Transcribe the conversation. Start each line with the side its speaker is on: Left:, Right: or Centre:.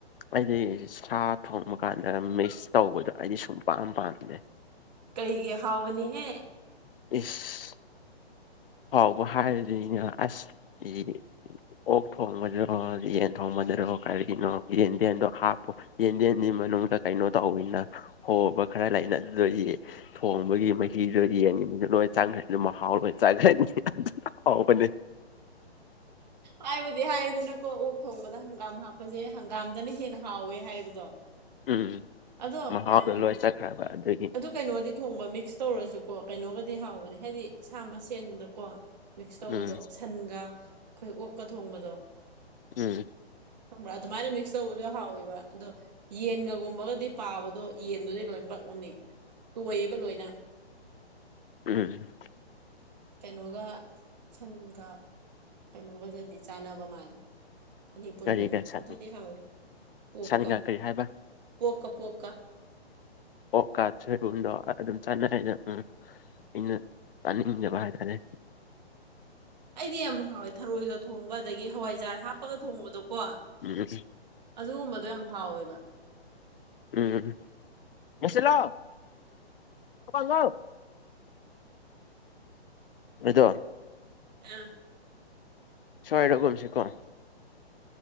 Left: ꯑꯩꯗꯤ ꯁꯥ ꯊꯣꯡꯕ ꯀꯥꯟꯗ ꯃꯤꯛꯁ ꯇꯧꯕꯗꯣ ꯑꯩꯗꯤ ꯁꯨꯡ ꯄꯥꯝ ꯄꯥꯝꯗꯦ
Right: ꯀꯩꯒꯤ ꯍꯥꯎꯕꯅꯤꯍꯦ
Left: ꯏꯁ ꯍꯥꯎꯕ ꯍꯥꯏꯔꯗꯤꯅ ꯑꯁ ꯏ ꯑꯣꯛ ꯊꯣꯡꯕꯗꯔꯣ ꯌꯦꯟ ꯊꯣꯡꯕꯗꯔꯣ ꯀꯔꯤꯒꯤꯅꯣ ꯌꯦꯟꯗꯦꯝꯗꯣ ꯍꯥꯞꯄꯣ ꯌꯦꯟꯗꯦꯝꯒꯤ ꯃꯅꯨꯡꯗ ꯀꯩꯅꯣ ꯇꯧꯋꯤꯅ ꯍꯣꯕ ꯈꯔ ꯂꯩꯅ ꯑꯗꯨꯗꯒꯤ ꯊꯣꯡꯕꯒꯤ ꯃꯍꯤꯗꯨ ꯌꯦꯟꯗ ꯂꯣꯏ ꯆꯪꯈ꯭ꯔꯗꯤ ꯃꯍꯥꯎ ꯂꯩ ꯑꯗꯨꯅ ꯍꯥꯎꯕꯅꯦ
Right: ꯍꯥꯏꯕꯗꯤ ꯍꯥꯏꯗꯅꯀꯣ ꯑꯣꯛ ꯊꯣꯡꯕꯗ ꯍꯪꯒꯥꯝ ꯍꯥꯞꯄꯁꯦ ꯍꯪꯒꯥꯝꯗꯅ ꯍꯦꯟꯅ ꯍꯥꯎꯋꯦ ꯍꯥꯏꯕꯗꯣ
Left: ꯎꯝ
Right: ꯑꯗꯣ
Left: ꯃꯍꯥꯎꯗꯣ
Right: ꯎꯝ
Left: ꯂꯣꯏ ꯆꯠꯈ꯭ꯔꯕ ꯑꯗꯨꯒꯤ
Right: ꯑꯗꯨ ꯀꯩꯅꯣꯗꯤ ꯊꯣꯡꯕ ꯃꯤꯛꯁ ꯇꯧꯔꯁꯨꯀꯣ ꯀꯩꯅꯣꯒꯗꯤ ꯍꯥꯎꯕꯅꯦ ꯍꯥꯏꯗꯤ ꯁꯥ ꯃꯁꯦꯟꯗꯀꯣ ꯃꯤꯛꯁ ꯇꯧꯕꯗꯣ
Left: ꯎꯝ
Right: ꯁꯟꯒ ꯑꯩꯈꯣꯏ ꯑꯣꯛꯀ ꯊꯣꯡꯕꯗꯣ
Left: ꯎꯝ
Right: ꯈꯪꯕ꯭ꯔ ꯑꯗꯨꯃꯥꯏꯅ ꯃꯤꯛꯁ ꯇꯧꯕꯁꯨ ꯍꯥꯎꯋꯦꯕ ꯑꯗꯣ ꯌꯦꯟꯒꯒꯨꯝꯕꯒꯗꯤ ꯄꯥꯕꯗꯣ ꯌꯦꯟꯗꯨꯗꯤ ꯂꯣꯏ ꯄꯠꯂꯅꯤ ꯇꯣꯏꯌꯦꯕ ꯂꯣꯏꯅ
Left: ꯎꯝ ꯎꯝ
Right: ꯀꯩꯅꯣꯒ ꯁꯟꯒ ꯀꯩꯅꯣꯒꯗꯗꯤ ꯆꯥꯟꯅꯕ ꯃꯥꯜꯂꯦ ꯑꯅꯤ ꯄꯨꯟꯕꯗꯣ
Left: ꯀꯔꯤꯒ ꯁꯟ
Right: ꯑꯗꯨꯗꯤ ꯍꯥꯎꯋꯦ ꯄꯣꯛꯀ
Left: ꯁꯟꯒ ꯀꯔꯤ ꯍꯥꯏꯕ
Right: ꯄꯣꯛꯀ ꯄꯣꯛꯀ
Left: ꯑꯣꯛꯀ ꯁꯣꯏꯕꯨꯝꯗꯣ ꯑꯗꯨꯝ ꯆꯥꯟꯅꯩꯅ ꯎꯝ ꯑꯩꯅ ꯆꯥꯅꯤꯡꯗꯕ ꯍꯥꯏꯇꯥꯔꯦ
Right: ꯑꯩꯗꯤ ꯌꯥꯝ ꯍꯥꯎꯋꯦ ꯊꯔꯣꯏꯒ ꯊꯣꯡꯕ ꯑꯗꯒꯤ ꯍꯋꯥꯏ ꯍꯋꯥꯏꯖꯥꯔ ꯍꯥꯞꯄꯒ ꯊꯣꯡꯕꯗꯣꯀꯣ
Left: ꯎꯝ
Right: ꯑꯗꯨꯒꯨꯝꯕꯗꯣ ꯌꯥꯝ ꯍꯥꯎꯋꯦꯕ
Left: ꯎꯝ ꯂꯣꯏꯁꯤꯜꯂꯣ ꯊꯣꯡ ꯍꯥꯡꯉꯣ ꯑꯩꯗꯣ
Right: ꯑ
Left: ꯁꯣꯏꯔꯒꯨꯝꯁꯦꯀꯣ